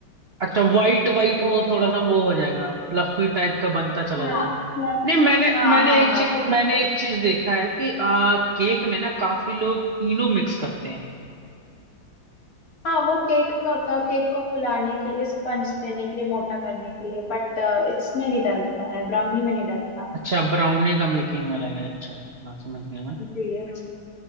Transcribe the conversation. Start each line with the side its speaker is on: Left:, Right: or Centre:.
Right: अच्छा वाइट वाइट
Left: और
Right: वो थोड़ा सा वो हो जाएगा फ्लफी टाइप का बनता चला
Left: हाँ
Right: जाएगा
Left: plus-
Right: नहीं मैंने
Left: हाँ
Right: मैंने
Left: हाँ
Right: एक
Left: हाँ
Right: चीज
Left: तो
Right: मैंने एक चीज देखा है कि आ, केक में ना काफी लोग इनो मिक्स करते हैं
Left: हाँ वो केक में होता है केक को फुलाने के लिए स्पंज देने के लिए मोटा करने के लिए बट इसमें नहीं डलता है ब्राउनी में नहीं डलता
Right: अच्छा ब्राउनी का मेकिंग अलग है अच्छा अच्छा हाँ समझ गया मैं
Left: जी हाँ